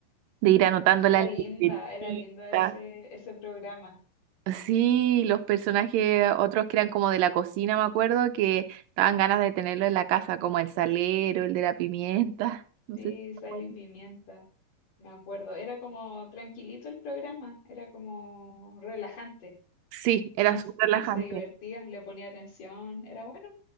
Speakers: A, on the right (about 75°); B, on the left (about 60°).
A: de ir anotándola
B: Era
A: en
B: linda,
A: la libretita.
B: era linda ese, ese programa.
A: Sí, los personajes, otros que eran como de la cocina, me acuerdo, que daban ganas de tenerlo en la casa, como el salero, el de la pimienta. <laughs> No
B: Sí,
A: sé si te
B: Sal
A: acuerdas.
B: y Pimienta. Me acuerdo. Era como tranquilito el programa, era como relajante.
A: Sí, era
B: Uno
A: súper
B: se
A: relajante.
B: se divertía, le ponía atención, era bueno.